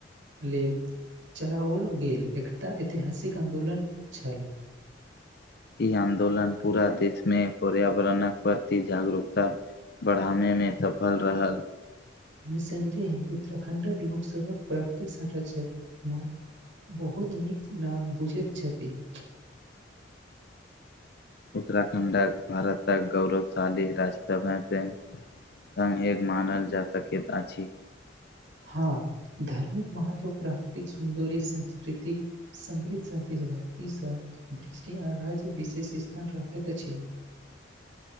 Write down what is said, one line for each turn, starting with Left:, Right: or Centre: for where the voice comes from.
Right: लेल चलाओल गेल एकटा ऐतिहासिक आन्दोलन छल <inaudible>
Left: ई आन्दोलन पूरा देशमे पर्यावरणक प्रति जागरूकता बढ़ाबे मे सफल रहल
Right: निसन्देह है उत्तराखंडक लोकसभक प्राकृतिक संरक्षण बहुत नीक न बुझैत छथिन
Left: उत्तराखंडक भारतक गौरवशाली राज्यद हते सं एक मानल जा सकैत अछि
Right: हाँ धार्मिक महत्व प्राकृतिक सौन्दर्य संस्कृतिक समृद्ध सा भक्ति स दृष्टि आ राज्य विशेष स्थान रखैत अछि